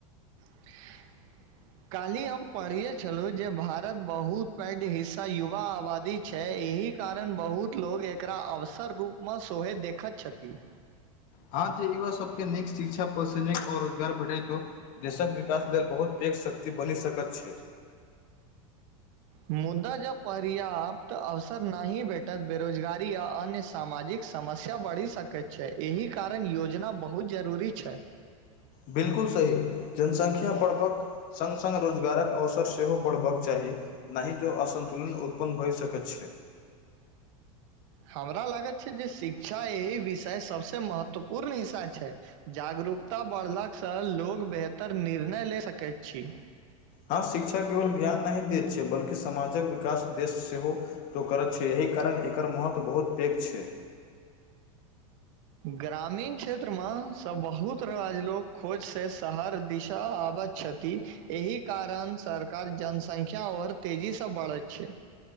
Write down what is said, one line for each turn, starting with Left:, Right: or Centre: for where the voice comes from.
Right: <inaudible> काल्हि हम पढ़िये छलहुँ जे भारत बहुत पैघ हिस्सा युवा आबादी छैय एहि कारण बहुत लोक एकरा अवसर रूपमे सोहे देखैत छथि।
Left: हँ जे युवा सभके नीक शिक्षा पर से नीक और रोजगार बढ़ाईतओ देशक विकास लेल बहुत पैघ शक्ति बनि सकैत छैय।
Right: मुद्दा जब पर्याप्त अवसर नहि भेटत बेरोजगारी आ अन्य सामाजिक समस्या बढ़ि सकैत छैय एहि कारण योजना बहुत जरूरी छैय।
Left: बिलकुल सही जनसंख्या बढ़बक संग संग रोजगारक अवसर सेहो बढ़बाक चाही। नहि तो असन्तुलन उत्पन्न भय सकैत छैय।
Right: हमरा लागैत छैय जे शिक्षा एहि विषय सबसे महत्वपूर्ण हिस्सा छैय। जागरूकता बढ़लासँ लोक बेहतर निर्णय ले सकैत छी।
Left: हँ शिक्षा केवल ज्ञान नहि दै छैय बल्कि समाजक विकास देश सेहो तो करत छैय एहि कारण एकर महत्व बहुत पैघ छैय।
Right: ग्रामीण क्षेत्रमे सँ बहुत राज लोक खोजसँ शहर दिशा आबैत छथि। कि एहि कारण सरकार जनसंख्या और तेजीसँ बढ़ैत छैय।